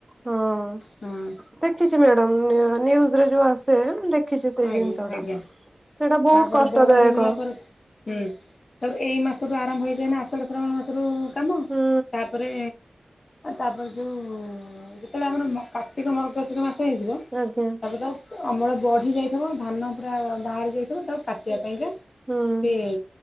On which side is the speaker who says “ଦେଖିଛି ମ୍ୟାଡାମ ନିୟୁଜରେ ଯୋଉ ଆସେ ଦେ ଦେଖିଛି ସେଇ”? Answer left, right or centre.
Right